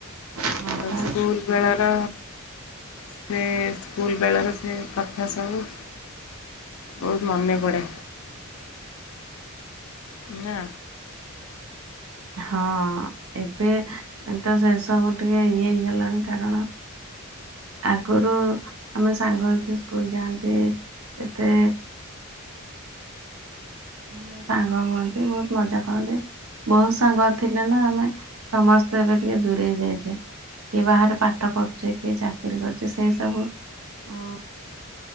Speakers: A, on the right; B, on the left.
A: ହଁ ପା।
B: ସ୍କୁଲ ବେଳାର ସେ ସ୍କୁଲ ବେଳାର ସେ କଥା ସବୁ ବହୁତ ମନେ ପଡ଼େ ନା।
A: ହଁ ଏବେ ତ ସେସବୁ ଟିକେ ଇଏ ହେଇଗଲାଣି କାରଣ ଆଗରୁ ଆମେ ସାଙ୍ଗ ହେଇକି ସ୍କୁଲ ଯାଆନ୍ତି କେତେ ମାନେ ସାଙ୍ଗ ହୁଅନ୍ତି ବହୁତ ମଜା କରନ୍ତି ବହୁତ। ସାଙ୍ଗ ଥିଲେ ନା ଆମେ ସମସ୍ତେ ଏବେ ଟିକେ ଦୂରେଇ ଯାଇଛେ କିଏ ବାହାରେ ପାଠ ପଢୁଚି କିଏ ଚାକିରି କରୁଚି ସେଇ ସବୁ ଉ